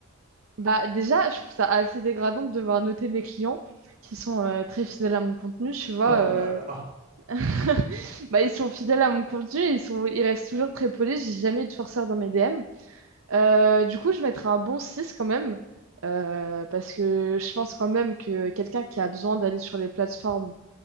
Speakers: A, on the right; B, on the right.
A: bah déjà, je trouve ça assez dégradant de devoir noter mes clients qui sont euh, très fidèles à mon contenu. Tu vois,
B: Oh
A: euh,
B: là là. <laughs>
A: <laughs> bah, ils sont fidèles à mon contenu, ils sont, ils restent toujours très polis. J'ai jamais eu de forceur dans mes DM. Euh, du coup, je mettrais un bon 6 quand même. euh, parce que je pense quand même que quelqu'un qui a besoin d'aller sur les plateformes